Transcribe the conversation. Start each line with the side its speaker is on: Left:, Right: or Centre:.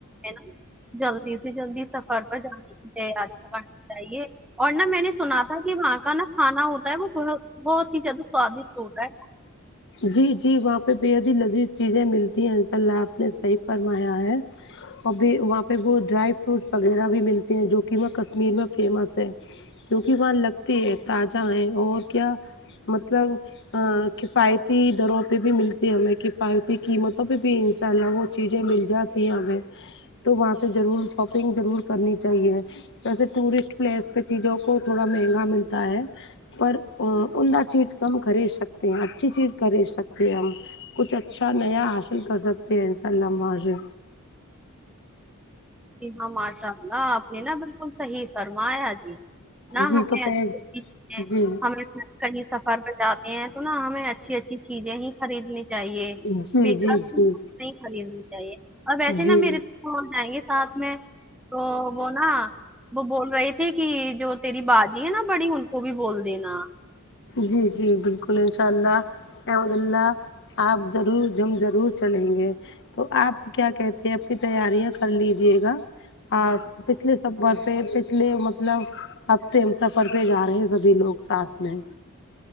Centre: ہے نا جلدی سے جلدی جی سفر پر جانے تیار نہ کرنا چاہیے اور نہ میں نے سنا تھا کہ وہاں کا نہ کھانا ہوتا ہے وہ تھوڑا بہت ہی زیادہ سوادشٹ ہوتا ہے
Left: جی جی وہاں پے بےحد ہی لذیذ چیزیں ملتی ہیں انشاء اللہ آپ نے صحیح فرمایا ہے اور بھی وہاں پے وہ ڈرائی فروٹ وغیرہ بھی ملتے ہیں جو کی وہ کشمیر میں فیمس ہے کیونکی وہاں لگتے ہے تازہ ہے اور کیا مطلب آ کفایتی دروں پے بھی ملتی ہمیں کفایتی قیمتوں پے بھی انشاء اللہ وہ چیزیں مل جاتی ہیں ہمیں تو وہاں سے ضرور شاپنگ ضرور کرنی چاہیے ویسے ٹورسٹ پلیس پے چیزوں کو تھوڑا مہنگا ملتا ہے پر عمدہ چیز کم خرید سکتے ہیں اچھی چیز خرید سکتے ہیں ہم کچھ اچھا نیہ حاصل کر سکتے ہیں ان شاء اللہ ہم وہاں سے
Centre: جی ہاں ماشاللہ اپنے نہ بالک کل صحیح فرمایا جی نہ
Left: جی
Centre: ہمیں
Left: تو پہ
Centre: اچھے <unintelligible>
Left: جی
Centre: ہمیں کہیں سفر پے جاتے ہیں تو نہ ہمیں اچھی اچھی چیزیں ہی خریدنی چاہیے
Left: جی
Centre: بیکر
Left: جی
Centre: چیز
Left: جی
Centre: نہیں خریدنی چاہیے اور وسے
Left: جی
Centre: نہ میرے وہ جائیں گے ساتھ میں تو وہ نا وہ بول رہی تھی کی جو تیری باجی ہے نا بڑی ان کو بھی بول دینا
Left: جی جی بالکل انشاء اللہ اللہ آپ ضرور جم ضرور چلیں گے <unintelligible> تو آپ کیا کہتی ہیں اپنی تیاریاں کر لیجیے گا آپ پچھلے سفر پے پچھلے مطلب ہفتے سفر پے جا رہے سبھی لوگ ساتھ میں ہے